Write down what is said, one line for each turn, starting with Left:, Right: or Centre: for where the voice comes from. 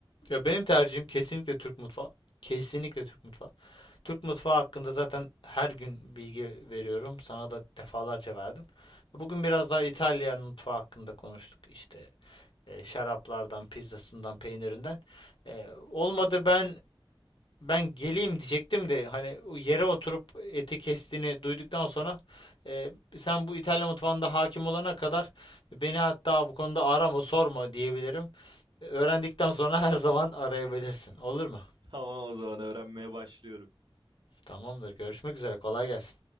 Left: ya benim tercihim kesinlikle Türk mutfağı. Kesinlikle Türk mutfağı. Türk mutfağı hakkında zaten her gün bilgi veriyorum. Sana da defalarca verdim. Bugün biraz daha İtalyan mutfağı hakkında konuştuk. İşte e, şaraplardan, pizzasından, peynirinden. E, olmadı ben ben geleyim diyecektim de hani o yere oturup eti kestiğini duyduktan sonra e, sen bu İtalyan mutfağında hakim olana kadar beni hatta bu konuda arama, sorma diyebilirim. Öğrendikten sonra her zaman arayabilirsin. Olur mu?
Right: <laughs> Tamam o zaman öğrenmeye başlıyorum.
Left: Tamamdır. Görüşmek üzere. Kolay gelsin.